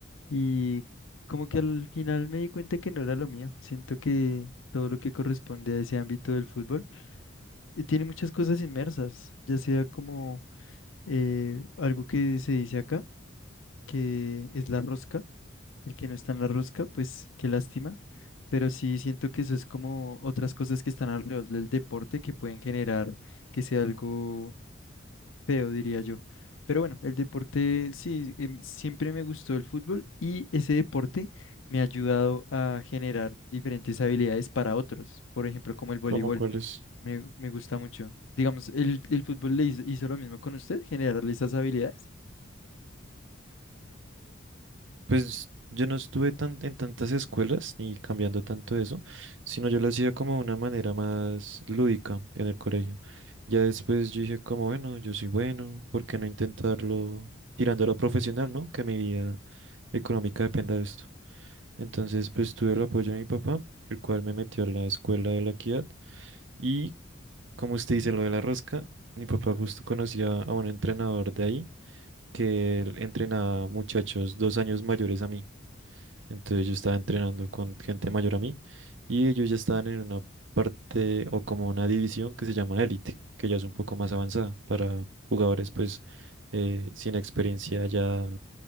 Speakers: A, on the left (about 80°); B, on the right (about 70°).
A: Y como que al final me di cuenta que no era lo mío. Siento que todo lo que corresponde a ese ámbito del fútbol eh, tiene muchas cosas inmersas, ya sea como eh, algo que se dice acá, que es la rosca, el que no está en la rosca, pues qué lástima, pero sí siento que eso es como otras cosas que están alrededor del deporte que pueden generar que sea algo feo, diría yo. Pero bueno, el deporte sí, em, siempre me gustó el fútbol y ese deporte me ha ayudado a generar diferentes habilidades para otros, por ejemplo, como el voleibol.
B: ¿Cómo cuáles
A: Me, me gusta mucho. Digamos, el, el fútbol le hizo, hizo lo mismo con usted, generarle esas habilidades.
B: Pues yo no estuve tan, en tantas escuelas ni cambiando tanto eso, sino yo lo hacía como de una manera más lúdica en el colegio. Ya después yo dije como, bueno, yo soy bueno, ¿por qué no intentarlo tirando a lo profesional, ¿no? Que mi vida económica dependa de esto. Entonces, pues tuve el apoyo de mi papá, el cual me metió a la escuela de la Equidad y, como usted dice, lo de la rosca, mi papá justo conocía a un entrenador de ahí que él entrenaba muchachos dos años mayores a mí. Entonces yo estaba entrenando con gente mayor a mí y ellos ya estaban en una parte o como una división que se llama élite, que ya es un poco más avanzada para jugadores pues eh, sin experiencia ya